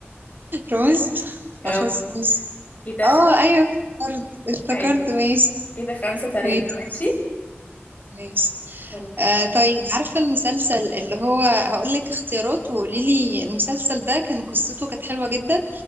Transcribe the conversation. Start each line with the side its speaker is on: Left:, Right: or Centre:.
Right: روز خلاص
Left: أوي
Right: ماشي
Left: كده
Right: اه
Left: خ-
Right: ايوه افتكرت افتكرت
Left: عادي.
Right: ماشي
Left: كده خمسة تلاتة
Right: ماشي
Left: ماشي
Right: ماشي
Left: خلاص.
Right: آه طيب عارفة المسلسل اللي هو هقول لك اختيارات وقولي لي المسلسل ده كان قصته كانت حلوة جدا